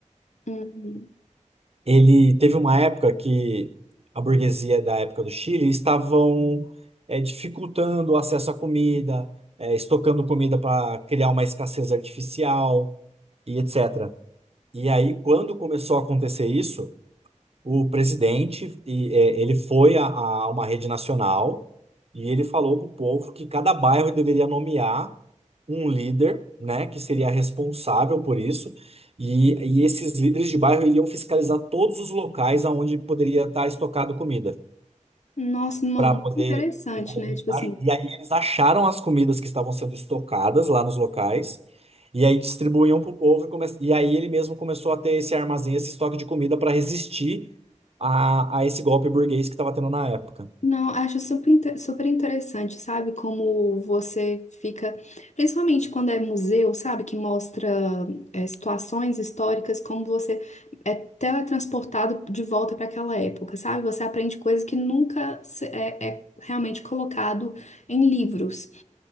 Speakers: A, on the left; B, on the right.
A: Uhum.
B: Ele teve uma época que a burguesia da época do Chile estavam é, dificultando o acesso à comida, é, estocando comida para criar uma escassez artificial e etc. E aí, quando começou a acontecer isso, o presidente e, é, ele foi a, a uma rede nacional e ele falou para o povo que cada bairro deveria nomear um líder, né, que seria responsável por isso. E, e esses líderes de bairro iriam fiscalizar todos os locais aonde poderia estar estocado comida
A: Nossa, não,
B: para
A: muito
B: poder.
A: interessante,
B: E aí,
A: né? Tipo
B: a-
A: assim,
B: e aí eles acharam as comidas que estavam sendo estocadas lá nos locais, e aí distribuíam para o povo, e, come... e aí ele mesmo começou a ter esse armazém, esse estoque de comida para resistir a, a esse golpe burguês que estava tendo na época.
A: não, acho super, inte- super interessante, sabe? Como você fica, principalmente quando é museu, sabe? Que mostra é, situações históricas, como você é teletransportado de volta para aquela época, sabe? Você aprende coisas que nunca se- é, é realmente colocado em livros.